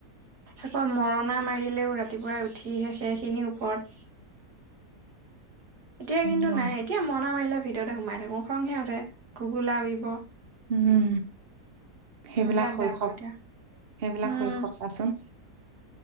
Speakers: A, on the right; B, on the right.
A: আকৌ মৰণা মাৰিলেও ৰাতিপুৱাই উঠিহে সেইখিনি ওপৰত। এতিয়া কিন্তু
B: ইমান
A: নাই এতিয়া মৰনা মাৰিলে ভিতৰতে সোমাই থাকো খঙহে উঠে, ঘুগোলা উৰিব।
B: উম। সেইবিলাক
A: উম, বিৰাট
B: শৈশৱ-সেইবিলাক
A: বেয়া পাওঁ এতিয়া। উম,
B: শৈশৱ চাচোন।